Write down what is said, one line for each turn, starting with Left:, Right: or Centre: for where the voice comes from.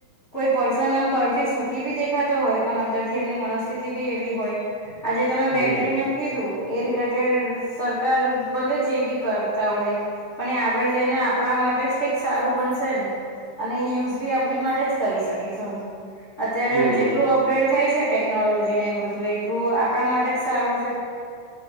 Left: કોઈ પર્સન આમ બહારથી સુખી બી દેખાતો હોય પણ અંદરથી એમની મનસ્થિતિ બી એવી હોય આજે તમેરી બેટરી
Right: હમ
Left: ને કીધું એ રિલેટેડ સરકાર ભલે જે બી કરતા હોય પણ એ આગળ જઈને આપણા માટે જ કંઈક સારું બનશે ને અને એ યુઝ બી આપણી માટે જ કરી શકીશું. અત્યારે
Right: હમ
Left: જેટલું
Right: હમ
Left: અપગ્રેડ થાય છે ટે ટેકનોલોજી ને એ બધું એટલું આપણા માટે જ સારું છે.